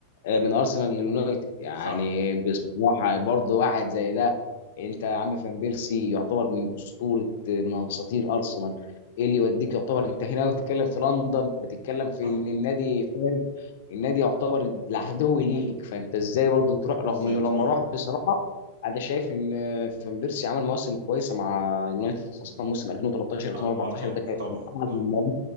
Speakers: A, on the left (about 55°); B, on the right (about 70°).
A: آه، من ارسنال لليونايتد يعني
B: صح
A: بصراحه برضه واحد زي ده انت يا عم فان بيرسي يعتبر من اسطوره من اساطير ارسنال ايه اللي يوديك يعتبر انت هنا لو بتتكلم في لندن بتتكلم في
B: صح
A: ان النادي فاهم النادي يعتبر العدو ليك فانت ازاي برضه تروح رغم
B: ازاي
A: انه لما
B: تروح
A: راح بصراحه انا شايف ان فان بيرسي عمل مواسم كويسه مع يونايتد خاصه موسم 2013 2014
B: اه اه طبعا
A: ده كان
B: طبعا
A: احد
B: طبعا
A: المواسم